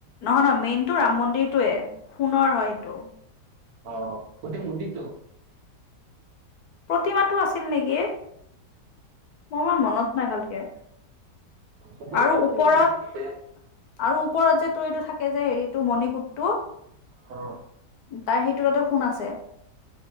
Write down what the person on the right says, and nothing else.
অঁ গোটেই মন্দিৰটো?
মোবাইল
লাগিব
নিদিয়ে তাতে
অ',